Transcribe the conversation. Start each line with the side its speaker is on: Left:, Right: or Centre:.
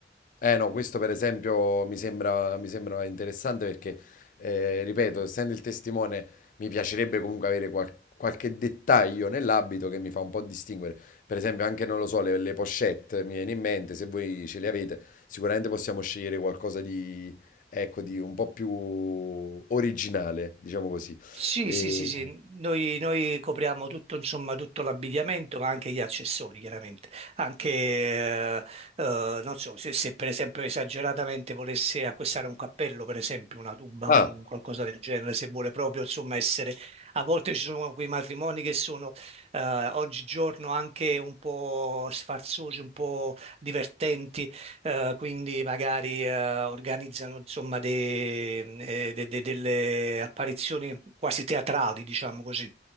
Left: Eh no, questo per esempio mi sembra, mi sembra interessante perché, eh, ripeto, essendo il testimone, mi piacerebbe comunque avere qual- qualche dettaglio nell'abito che mi fa un po' distinguere. Per esempio, anche, non lo so, le, le pochette mi viene in mente, se voi ce le avete, sicuramente possiamo scegliere qualcosa di, ecco, di un po' più originale, diciamo così.
Right: Sì,
Left: E-
Right: sì, sì, sì, noi, noi copriamo tutto, insomma, tutto l'abbigliamento, ma anche gli accessori, chiaramente. Anche, eh, eh, non so, se, se per esempio esageratamente volesse acquistare un cappello, per esempio, una tuba,
Left: Ah,
Right: un qualcosa del genere, se vuole proprio, insomma, essere... A volte ci sono quei matrimoni che sono, eh, oggigiorno anche un po' sfarzosi, un po' divertenti, eh, quindi magari eh, organizzano insomma de- eh, de- de- delle apparizioni quasi teatrali, diciamo così.